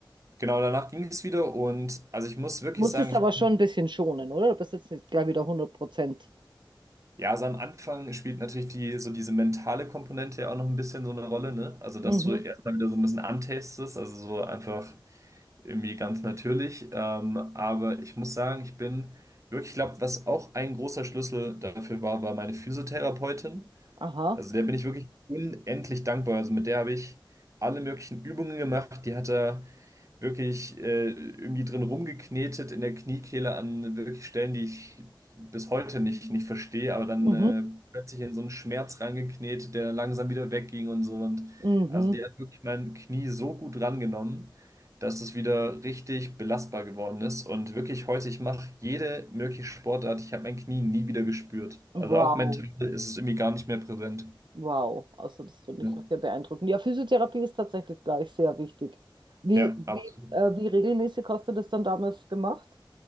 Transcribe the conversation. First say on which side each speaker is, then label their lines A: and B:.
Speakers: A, on the right; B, on the right.
A: Genau, danach ging es wieder und also ich muss wirklich
B: Musstest
A: sagen, ich
B: aber schon
A: bin,
B: ein bisschen schonen, oder? Du bist jetzt nicht gleich wieder hundert Prozent.
A: ja, so am Anfang spielt natürlich die, so diese mentale Komponente ja auch noch ein bisschen so eine Rolle, ne? Also, dass
B: Mhm.
A: du erstmal wieder so ein bisschen antastest, also so einfach irgendwie ganz natürlich. Ähm, aber ich muss sagen, ich bin wirklich, ich glaube, was auch ein großer Schlüssel dafür war, war meine Physiotherapeutin.
B: Aha.
A: Also der bin ich wirklich unendlich dankbar. Also mit der habe ich alle möglichen Übungen gemacht. Die hat er wirklich äh, irgendwie drin rumgeknetet in der Kniekehle an wirklich Stellen, die ich bis heute nicht, nicht verstehe, aber dann
B: Mhm.
A: äh, plötzlich in so einen Schmerz reingeknetet, der dann langsam wieder wegging und so. Und
B: Mhm.
A: also die hat wirklich mein Knie so gut rangenommen, dass es wieder richtig belastbar geworden ist. Und wirklich heute, ich mache jede mögliche Sportart. Ich habe mein Knie nie wieder gespürt.
B: Wow.
A: Also auch mental ist es irgendwie gar nicht mehr präsent.
B: Wow. Also das finde
A: Ja,
B: ich ja sehr beeindruckend. Ja, Physiotherapie ist tatsächlich gleich sehr wichtig. Wie,
A: Ja,
B: wie,
A: absolut.
B: äh, wie regelmäßig hast du das dann damals gemacht